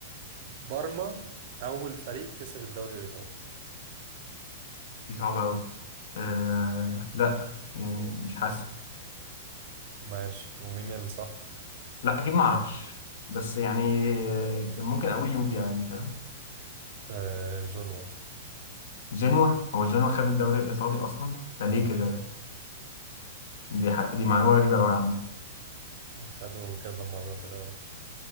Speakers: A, on the right; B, on the left.
A: بارما أول فريق كسب الدوري الإيطالي
B: دي صعبه قوي آه لا يعني مش حاسه
A: ماشي ومين الصح؟
B: لا اكيد ما اعرفش بس يعني ممكن اقول يوفي عادي فاهم
A: أه جنوا
B: جنوا هو جنوا خد الدوري الايطالي اصلا ده
A: تمام
B: ليه كده ده دي ح... دي معلومه غريبه قوي يا عم
A: خدوا كذا مرة في الأول